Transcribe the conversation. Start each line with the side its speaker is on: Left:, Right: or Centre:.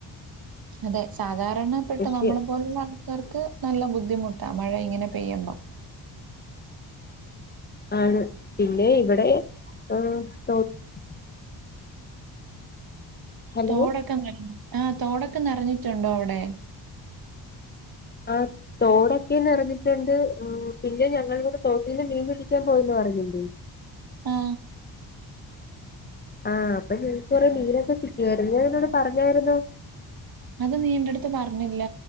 Right: അതെ സാ സാധാരണപ്പെട്ട
Left: കൃഷി
Right: നമ്മളെ പോലുള്ള ആൾക്കാർക്ക് നല്ല ബുദ്ധിമുട്ട ത മഴ ഇങ്ങനെ പെയ്യ്മ്പം
Left: ആണ് പിന്നെ ഇവിടെ <unintelligible> ഹലോ
Right: തോടൊക്കെങ്ങനേ ആ തോടൊക്കെ നേറഞ്ഞിട്ടുണ്ടോ അവിടെ
Left: ആ തോടൊക്കെ നിറഞ്ഞിട്ടുണ്ട് ഉം പിന്നെ ഞങ്ങള് ഇവിടെ തോട്ടില് മീൻ പിടിക്കാൻ പോയന്ന് പറഞ്ഞില്ലേ
Right: ആ
Left: ആ അപ്പൊ നിനക്ക് കുറെ മീനൊക്കെ കിട്ടിയായിരുന്നു ഞാൻ നിന്നോട് പറഞ്ഞായിരുന്നോ
Right: അത് നീ എന്റടുത്ത് പറഞ്ഞില്ല